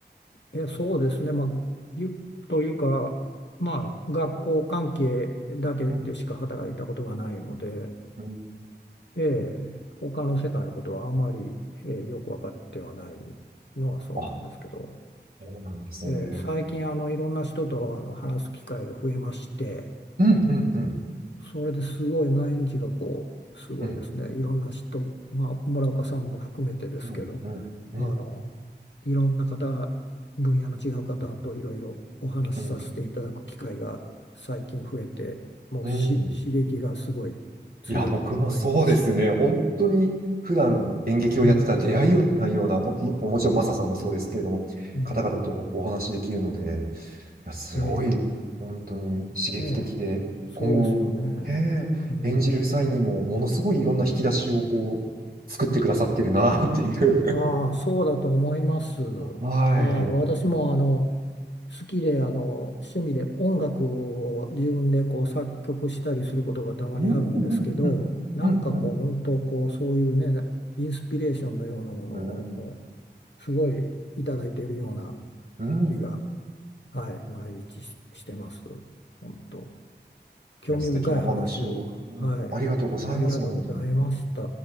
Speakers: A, on the left; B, on the right.
A: え、そうですね、まあ、ゆというか、まあ、学校関係だけでしか働いたことがないので、
B: うん、うん。
A: ええ、他の世界のことはあまり、ええよく分かってはないのはそうなんですけど、
B: あ、そうなんですね。
A: ええ、最近あのいろんな人とあの話す機会が増えまして、
B: うん、うん、うん、
A: それですごい毎日がこうすごいですねいろんな人、
B: うん、
A: まあ、村岡さんも含めてですけど
B: うん、うん、うん、
A: あの
B: うん、
A: いろんな方分野の違う方といろいろお話しさせていただく機会が最近増えてもうし刺激がすごい強い毎日
B: うん、うん。いや、僕もそうですね。本当に普段演劇をやってたら出会いないような、
A: うん
B: も、ももちろんマサさんもそうですけれども、
A: うん
B: 方々とお話しできるので、いや、すごい、
A: え
B: 本当に刺激的で、
A: えねえ
B: 今後、
A: そうですよね
B: ねえ、
A: うん
B: 演じる際にも、ものすごいいろんな引き出しをこう、作ってくださってるな、っていう。<laughs>
A: ああそうだと思います
B: はい。
A: はい私もあの好きであの趣味で音楽を自分でこう作曲したりすることがたまにあるんですけどなんかこう本当こうそういうねインスピレーションのようなものを
B: うんうんうんうんうんうん
A: すごいいただいているような
B: うん
A: 気が、はい、毎日し、してます本当興味深い話をはい
B: いや、素敵なお話を、うんありがとうございます、
A: ありがとうございました。
B: 本当に。